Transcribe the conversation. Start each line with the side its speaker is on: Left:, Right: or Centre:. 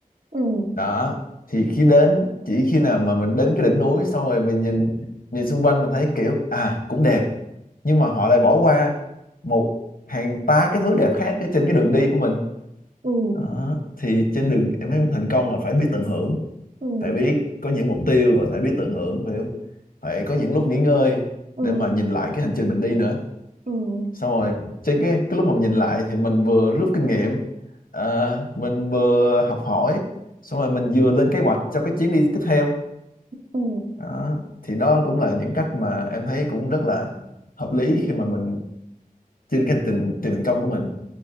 Right: ừ
Left: đó thì khi đến chỉ khi nào mà mình đến cái đỉnh núi xong rồi mình nhìn nhìn xung quanh mình thấy kiểu à cũng đẹp nhưng mà họ lại bỏ qua một hàng tá cái thứ đẹp khác ở trên cái đường đi của mình
Right: ừ
Left: đó. thì trên đường em thấy thành công là phải biết tận hưởng
Right: ừ ừ
Left: phải biết có những mục tiêu và phải biết tận hưởng phải phải có những lúc nghỉ ngơi
Right: ừ
Left: để mà nhìn lại cái hành trình mình đi nữa
Right: ừ ừ
Left: xong rồi trên cái, cái lúc mà mình nhìn lại thì mình vừa rút kinh nghiệm ờ, mình vừa học hỏi xong rồi mình vừa lên kế hoạch cho cái chuyến đi tiếp theo
Right: ừ.
Left: đó. thì đó cũng là những cách mà em thấy cũng rất là hợp lý khi mà mình trên cái hành trình tìm thành công của mình